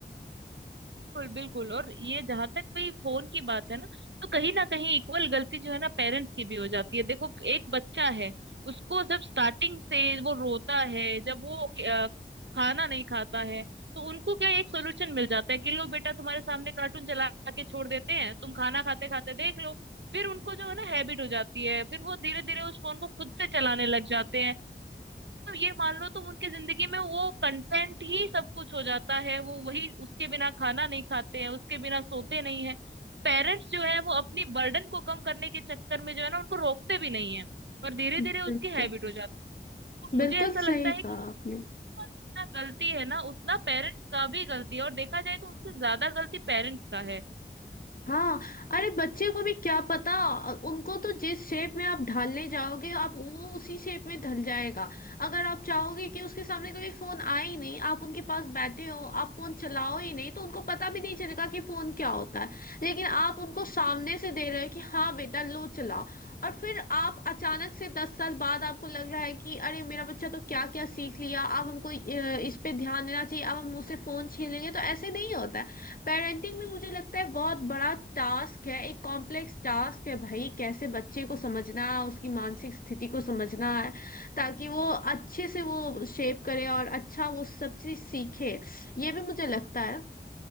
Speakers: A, on the right; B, on the left.
A: बिल्कुल बिल्कुल और ये जहां तक भी फोन की बात है ना तो कहीं ना कहीं इक्वल गलती जो है ना पेरेंट्स की भी हो जाती है देखो एक बच्चा है उसको जब स्टार्टिंग से वो रोता है जब वो अ, खाना नहीं खाता है तो उनको क्या एक सोल्यूशन मिल जाता है कि लो बेटा तुम्हारे सामने कार्टून चला के छोड़ देते हैं तुम खाना खाते खाते देख लो फिर उनको जो है ना हैबिट हो जाती है फिर वो धीरे धीरे उस फोन को खुद से चलाने लग जाते हैं तो ये मान लो तुम उनकी जिंदगी में वो कंटेंट ही सब कुछ हो जाता है वो वही उसके बिना खाना नहीं खाते हैं उसके बिना सोते नहीं है पेरेंट्स जो है वो अपनी बर्डन को कम करने के चक्कर में जो है ना उनको रोकते भी नहीं है और धीरे
B: बिल्कुल
A: धीरे उसकी हैबिट हो जाती है तो
B: बिल्कुल
A: मुझे ऐसा लगता
B: सही
A: है
B: कहा
A: कि
B: आपने
A: जितना गलती है ना उतना पेरेंट्स का भी गलती है और देखा जाए तो उनसे ज्यादा गलती पेरेंट्स का है
B: हाँ अरे बच्चे को भी क्या पता अ, उनको तो जिस शेप में आप ढालने जाओगे आप वो उसी शेप में ढल जाएगा अगर आप चाहोगे कि उसके सामने कभी फोन आए ही नहीं आप उनके पास बैठे हो आप फोन चलाओ ही नहीं तो उनको पता भी नहीं चलेगा कि फोन क्या होता है लेकिन आप उनको सामने से दे रहे हो कि हाँ बेटा लो चलाओ और फिर आप अचानक से दस साल बाद आपको लग रहा है कि अरे मेरा बच्चा तो क्या क्या सीख लिया अब हमको अ, इस पे ध्यान देना चाहिए अब हम मुझसे फोन छीन लेंगे तो ऐसे नहीं होता है पेरेंटिंग भी मुझे लगता है बहुत बड़ा टास्क है एक कॉम्प्लेक्स टास्क है भाई कैसे बच्चे को समझना उसकी मानसिक स्थिति को समझना है ताकि वो अच्छे से वो शेप करे और अच्छा वो सब चीज सीखे ये भी मुझे लगता है